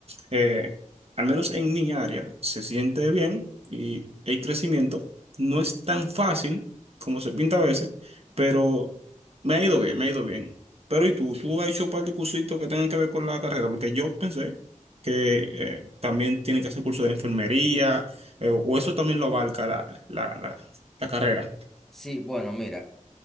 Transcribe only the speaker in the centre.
Sí, bueno, mira.